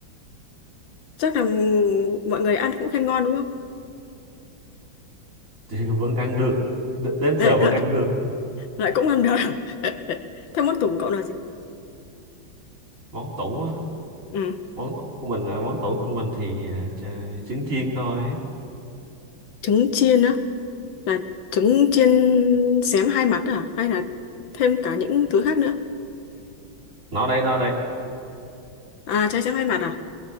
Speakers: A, on the left (about 70°); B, on the right (about 40°).
A: Chắc là mọi người ăn cũng khen ngon đúng không?
B: <laughs> thì vẫn ăn được Đ- đến
A: Đấy,
B: giờ vẫn ăn được
A: lại cũng ăn được <laughs> thế món tủ của cậu là gì
B: món tủ á
A: ừ.
B: món tủ của mình là món tủ của mình thì ờ, ch- trứng chiên thôi
A: trứng chiên á là trứng chiên xém hai mặt à hay là thêm cả những thứ khác nữa
B: nó đây nó đây
A: à trái xém hai mặt à